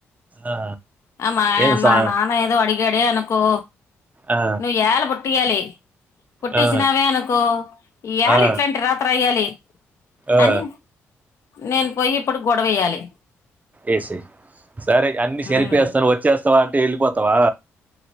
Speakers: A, on the right (about 25°); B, on the left (about 55°).
A: ఆ
B: ఆహ్
A: ఏం సా
B: మా నాన్నా ఏదో అడిగాడే అనుకో.
A: ఆ
B: నువ్వు యళ పుట్టియాలి పుట్టించినావే
A: ఆ
B: అనుకో ఏళ
A: ఆ
B: ఇట్లాంటి రాతా. పోయాలి
A: ఆ
B: అని నేను పోయి. ఇప్పుడు గొడవేయాలి
A: ఏసెయ్ సరే అన్ని సరి
B: ఉమ్
A: హెల్ప్ చేస్తాడు వచ్చేస్తావా అం. అంటే వెళ్ళిపోతావా.